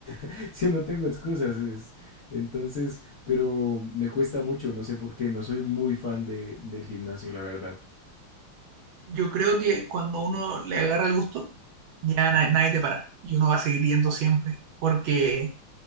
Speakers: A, on the left; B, on the right.
A: <laughs> sí, no tengo excusas. Es, entonces, pero me cuesta mucho, no sé por qué, no soy muy fan de, del gimnasio, la verdad.
B: Yo creo que cuando uno le agarra el gusto, ya na- nadie te para. Y uno va a seguir yendo siempre. Porque,